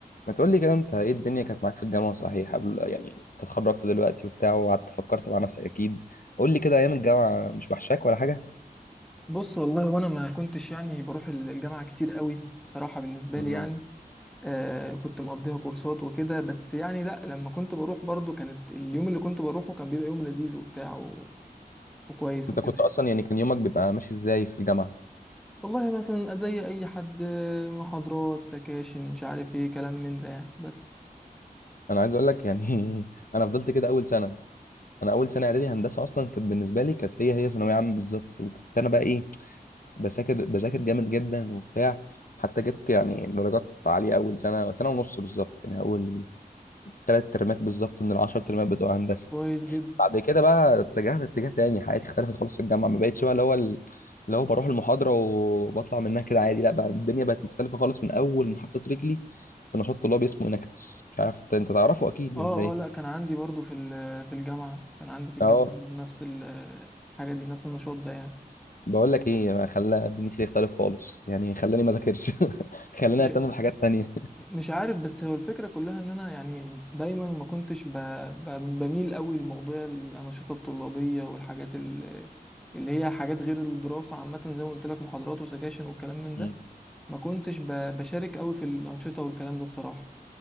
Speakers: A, on the left; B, in the centre.
A: ما تقول لي كده انت ايه الدنيا كانت معاك في الجامعه صحيح قبل يعني انت اتخرجت دلوقتي وبتاع وقعدت فكرت مع نفسك اكيد قول لي كده ايام الجامعه مش وحشاك ولا حاجه
B: بص والله وانا ما كنتش يعني بروح الجامعة كتير قوي بصراحة بالنسبة
A: مم.
B: لي يعني آه كنت مقضيها كورسات وكده بس يعني لا لما كنت بروح برضو كانت اليوم اللي كنت بروحه كان بيبقى يوم لذيذ وبتاع و... وكويس
A: انت
B: وكده
A: كنت
B: يعني
A: اصلا يعني كان يومك بيبقى ماشي ازاي في الجامعه
B: والله مثلا زي اي حد آه، محاضرات سكاشن مش عارف ايه كلام من ده يعني بس
A: انا عايز اقول لك يعني <laughs> انا فضلت كده اول سنه انا اول سنه اعدادي هندسه اصلا كانت بالنسبه لي كانت هي هي ثانويه عامه بالظبط وكنت انا بقى ايه بذاكر بذاكر جامد جدا وبتاع حتى جبت يعني درجات عاليه اول سنه سنه ونص بالظبط يعني اول ثلاث ترمات بالظبط من العشر ترمات بتوع هندسه
B: كويس جدا
A: بعد كده بقى اتجهت اتجاه تاني حياتي اختلفت خالص في الجامعه ما بقتش بقى اللي هو ال- اللي هو بروح المحاضره وبطلع منها كده عادي لا بقى الدنيا بقت مختلفه خالص من اول ما حطيت رجلي في نشاط طلابي اسمه انكتس مش عارف انت تعرفه اكيد
B: اه
A: ولا ايه
B: اه لا كان عندي برضو في ال- في الجامعة كان عندي في الجامعة
A: اه
B: برضو نفس ال- الحاجة دي نفس النشاط ده يعني
A: بقول لك ايه خلى دنيتي تختلف خالص يعني خلاني ما ذاكرش <laughs> خلاني
B: مش
A: اهتم بحاجات تانية
B: مش عارف بس هو الفكرة كلها ان انا يعني دايما ما كنتش ب... ب... بميل قوي لموضوع الانشطة الطلابية والحاجات ال... اللي هي حاجات غير الدراسة عامة زي ما قلت لك محاضرات وسكاشن والكلام من
A: مم.
B: ده ما كنتش ب... بشارك قوي في الانشطة والكلام ده بصراحة